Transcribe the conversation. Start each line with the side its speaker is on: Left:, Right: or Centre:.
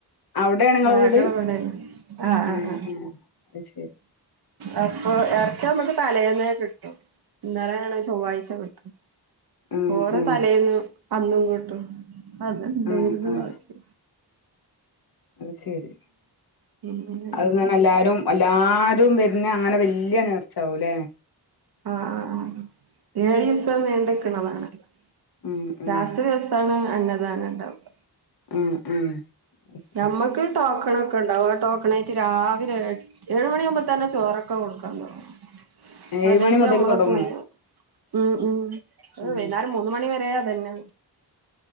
Left: അവിടെയാണ് നിങ്ങളെ
Right: ഞങ്ങളെവിടെ
Left: വീട്
Right: ആഹ
Left: ഉം
Right: ആ
Left: ഉം അത് ശരി
Right: ആ അപ്പൊ ഇറച്ചി നമുക്ക് തലേന്ന കിട്ടും ഇന്നേലെ ചൊവ്വാഴ്ച കിട്ടും
Left: ഉം
Right: ചോറ്
Left: ഉം
Right: തലേന്ന് അന്നും കിട്ടും അത്ണ്ടായിരുന്നു
Left: ഉം ഉം
Right: ബാക്കി
Left: അത് ശരി
Right: അങ്ങനെ
Left: അത്ങ്ങെ എല്ലാരും എല്ലാരും വരുന്ന അങ്ങനെ വല്യ നേർച്ചാവല്ലേ
Right: ആ ആ ഏഴ് ദിവസം നീണ്ടെക്കണതാണല്ലോ
Left: ഉം ഉം
Right: ലാസ്റ്റ് ദിവസാണ് അന്നദാന ഉണ്ടാവുക
Left: ഉം ഉം അത് ശരി.
Right: നമ്മുക്ക് ടോക്കണ ഒക്കെണ്ടാവും ആ ടോക്കണ ആായിട്ട് രാവിലെ ഏഴ് മണിയ ആകുമ്പോ തന്നെ ചോറൊക്കെ കൊടുക്കാൻ തുടങ്ങും
Left: ഏഴ്
Right: അതേറ്റ്
Left: മണി മുതൽ
Right: നമ്മള്
Left: തുടങ്ങും
Right: പോയി ഉം ഉം
Left: ഉം
Right: വൈകുന്നാരും മൂന്ന മണി വരെയതന്നെ